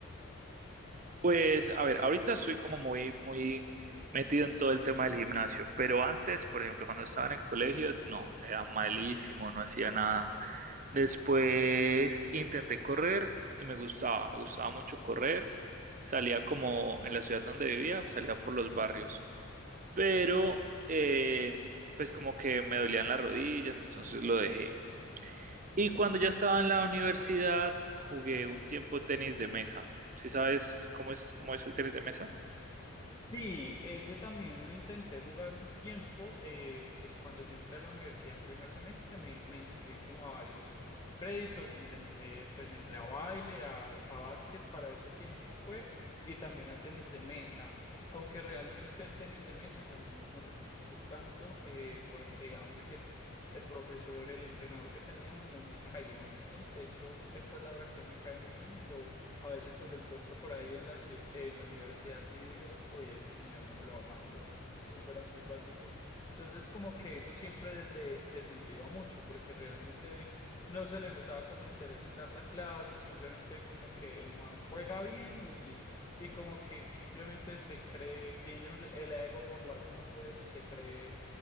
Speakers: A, on the right; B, on the left.
A: Pues, a ver, ahorita estoy como muy, muy metido en todo el tema del gimnasio, pero antes, por ejemplo, cuando estaba en el colegio, no, era malísimo, no hacía nada. Después intenté correr y me gustaba, me gustaba mucho correr. Salía como en la ciudad donde vivía, salía por los barrios, pero eh, pues como que me dolían las rodillas, entonces lo dejé. Y cuando ya estaba en la universidad, jugué un tiempo tenis de mesa. ¿Sí sabes cómo es, cómo es el tenis de mesa?
B: Sí, ese también lo intenté jugar un tiempo, eh, pues cuando yo entré a la universidad en primer semestre me, me inscribí como a varios créditos, intenté, pues entré a baile, a, a básquet para ese tiempo fue, y también a tenis de mesa, aunque realmente el tenis de mesa no, no me gustó tanto, eh, porque digamos que el profesor, el entrenador que teníamos no me caía muy bien, de hecho, esa es la hora que no me cae muy bien, a veces me lo encuentro por ahí en la, ciu- en la universidad y digo, oye, ese señor no me lo aguanto porque es súper antipático. Entonces, como que eso siempre de- desmotiva mucho porque realmente no se le notaba como interés en dar la clase, simplemente como que el man juega bien y, y como que simplemente se cree, tiene un- el ego por las nubes y se cree